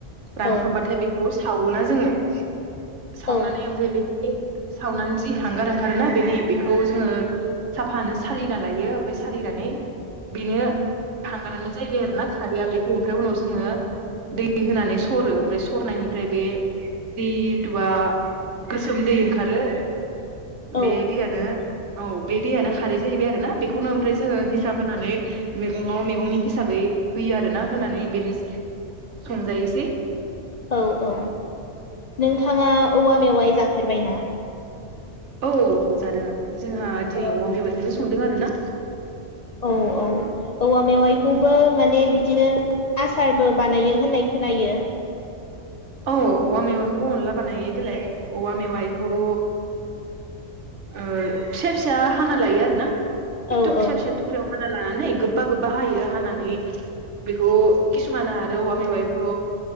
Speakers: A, on the left; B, on the right.
A: औ
B: रानख्रबबाथाय बेखौ सावो ना जोङो। सावनानै
A: औ
B: ओमफ्राय बे सावनानै जि हांगार ओंखारो ना बेनि बेखौ जोङो साफानो सालिना लायो ओमफाय सालिनानै बेनो हांगारानो जाहैबाय आरो ना खारैया बेखौ ओमफ्राय उनाव जोङो दै होनानै सरो ओमफ्राय सरनायनिफ्राय बे दैथुआ गोसोम दै ओंखारो
A: औ
B: बे दैयानो औ बे दैयानो खारै जाहैबाय आरोना बेखौनो ओमफ्राय जोङो हिसाब होनानै मैगङाव मैगंनि हिसाबै होयो आरो ना होनानै बेनो संजायोसै
A: औ औ नोंथाङा औवा मेवाय जाफेरबाय ना?
B: औ जादों जोंहा
A: औ
B: दिनै औवा मेबायाइखौनो संदों आरो ना।
A: औ औ। औवा मेवाइखौबो माने बिदिनो आसारबो बानायो होननाय खोनायो।
B: औ औवा मेवाइखौबो अनला बानायो देलाय। औवा मेवाइखौ ओ फिसा फिसा हाना लायो आरो ना एकदम
A: औ औ
B: फिसा फिसा थुख्रायाव हाना लानानै गोबबा गोबबा हायो हानानै बेखौ किसुमाना आरो औवा मेवाइखौ